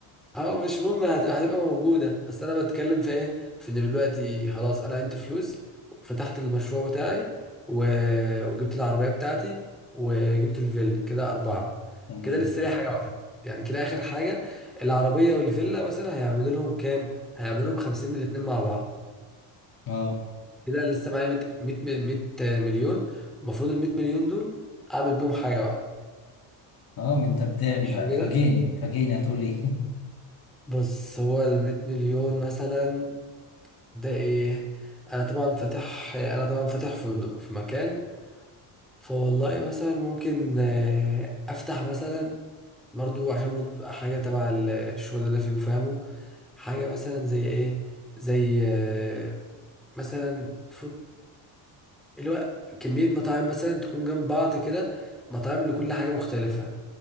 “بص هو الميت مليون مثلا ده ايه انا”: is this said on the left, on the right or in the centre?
Centre